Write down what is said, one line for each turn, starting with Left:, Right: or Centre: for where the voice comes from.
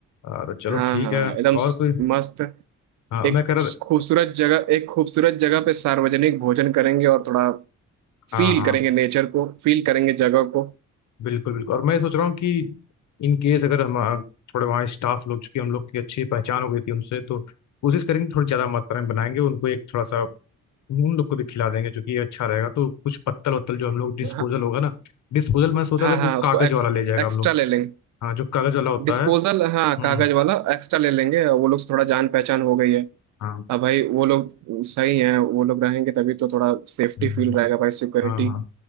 Left: और चलो
Right: हाँ
Left: ठीक
Right: हाँ
Left: है
Right: हाँ, एकदम
Left: और
Right: स-
Left: कोई
Right: मस्त
Left: हाँ
Right: एक
Left: मैं कह रहा था
Right: खूबसूरत जगह एक खूबसूरत जगह पे सार्वजनिक भोजन करेंगे और थोड़ा
Left: हाँ
Right: फील
Left: हाँ
Right: करेंगे नेचर को फील करेंगे जगह को
Left: बिल्कुल बिल्कुल और मैं सोच रहा हूँ कि इन केस अगर हम थोड़े वहाँ स्टाफ लोग चूंकि हम लोग की अच्छी पहचान हो गई थी उनसे तो कोशिश करेंगे थोड़ी ज़्यादा मात्रा में बनाएंगे उनको एक थोड़ा सा उन लोग को भी खिला देंगे क्योंकि ये अच्छा रहेगा तो कुछ पत्तल वत्तल जो हम लोग डिस्पोजल
Right: हाँ
Left: होगा ना डिस्पोजल मैं सोचा
Right: हाँ
Left: था कि
Right: हाँ
Left: वो
Right: उसको
Left: कागज
Right: एक्स,
Left: वाला ले जाएगा
Right: एक्स्ट्रा
Left: हम लोग
Right: ले लेंगे
Left: हाँ जो कागज वाला होता
Right: डिस्पोजल
Left: है
Right: हाँ
Left: हम्म
Right: कागज वाला एक्स्ट्रा ले लेंगे और वो लोग से थोड़ा जान पहचान हो गई है
Left: हाँ
Right: अब भाई वो लोग सही हैं वो लोग रहेंगे तभी तो थोड़ा सेफ्टी
Left: हम्म,
Right: फील रहेगा भाई सिक्योरिटी
Left: हाँ हाँ